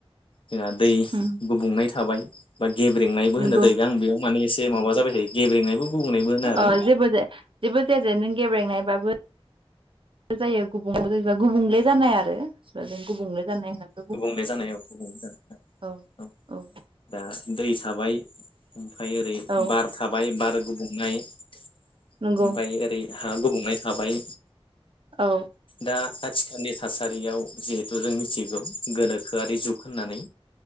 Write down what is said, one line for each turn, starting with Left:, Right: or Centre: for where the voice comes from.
Left: जोंहा दै
Right: उम
Left: गुबुंनाय थाबाय बा गेब्रेंनायबो
Right: नंगौ
Left: होनो दैबाय आं बेयाव माने एसे माबा जाबाय थायो गेब्रेंनायबो गुबुंनायबो होनो आरो
Right: अ जेबोाया जेबो जायााजाया नों गेब्रेंनायबाबो जायो गुबुंल जायोब गुबुंले जानाय आरो गुबुंले जानाय होननानै
Left: गुबुंले जानायाव गुब
Right: औ औ
Left: दा दै थाबाय ओमफ्राय ओरै
Right: औ
Left: बार थाबाय बार गुबुंनाय। ओमफफ्राय
Right: नंगौ
Left: ओरै हा गुबुंनाय थाबाय।
Right: औ
Left: दा आथिखालनि थासारियाव जिहेथु जों मिथिगौ गोनोखो गोखोआरि जुग होननानै